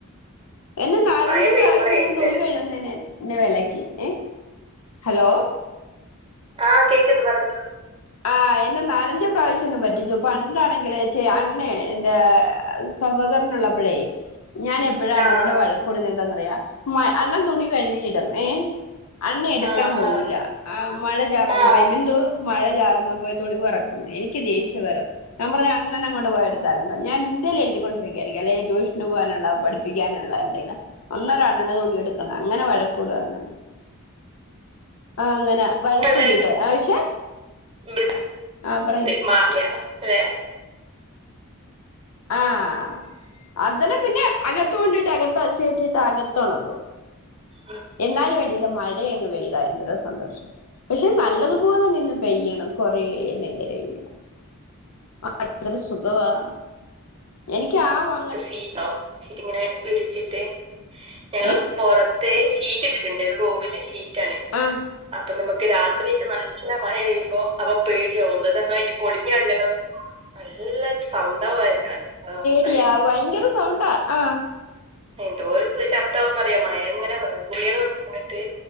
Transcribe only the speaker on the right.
മഴ പെയ്യുമ്പളേ
ചെല
ആഹ് കേക്ക്ണ്ട് പറഞ്ഞോ
ആഹ്
ആഹ്
ആഹ്
ആഹ്
പിള്ളേർ
<inaudible>
ആഹ
സീറ്റോ സീറ്റ് ഇങ്ങനെ വിരിച്ചിട്ട് ഞങ്ങള്
പൊറ ത്തെ ഷീറ്റ് ഇട്ടിട്ടുണ്ട് റൂമിലെ ഷീറ്റാണ്
അപ്പൊ നമുക്ക് രാ ത്രിയക്കെ നല്ല മഴ പെയ്യുമ്പോ അപ്പം പേടിയാവിണ്ട് ഇതന്നായി പൊളിഞ്ഞ അടിയല്ലോ നല്ല സൗണ്ടാവായിരുന്നു <unintelligible>
എന്തോരം ശ ശബ്ദാവൂന്നറിയോ മഴ ഇങ്ങനെ വെള്ള തുള്ളികള് വന്നിട്ട്